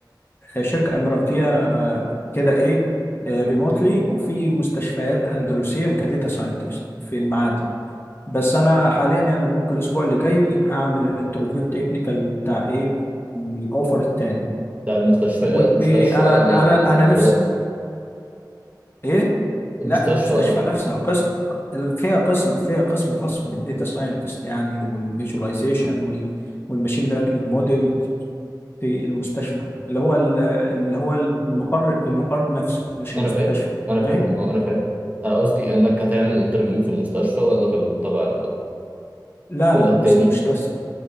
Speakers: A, on the left (about 30°); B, on the right (about 20°).
A: شركة إماراتية آه، كده إيه ريموتلي وفي مستشفيات أندلسية كديتا ساينتست في المعادي بس أنا حاليا يعني ممكن الأسبوع اللي جاي هعمل الانترفيو التكنيكال بتاع إيه الأوفر التاني
B: بتاع المستشفيات
A: وأنا
B: مستشفى ولا الامارات
A: أنا أنا نفسي إيه
B: المستشفى
A: لا المستشفى
B: ولا
A: نفسها قسم فيها قسم فيها قسم خاص بالديتا ساينتست يعني والفيجواليزيشن وال والماشين ليرنينج موديل في المستشفى اللي هو ال- اللي هو المقر المقر نفسه مش المستشفى
B: انا فاهم انا
A: فاهم
B: فاهم اه انا فاهم انا قصدي انك هتعمل انترفيو في المستشفى ولا في ال- تبع
A: لا
B: ولا
A: لا
B: التاني
A: مش المستشفى